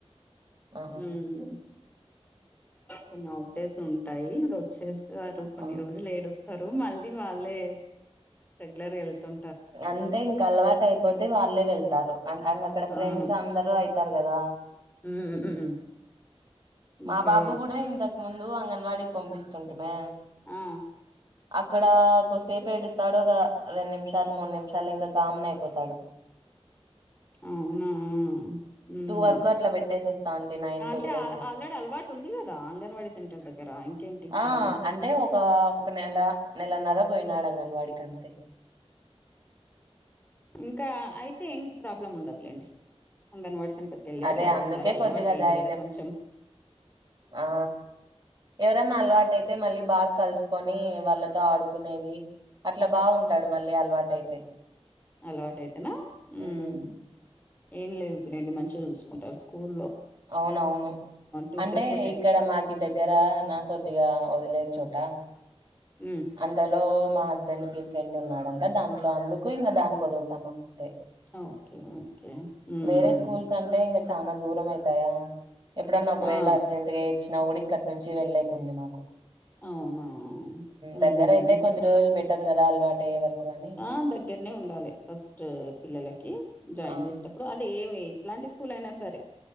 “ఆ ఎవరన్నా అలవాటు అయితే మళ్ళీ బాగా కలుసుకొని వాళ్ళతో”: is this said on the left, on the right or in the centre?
Right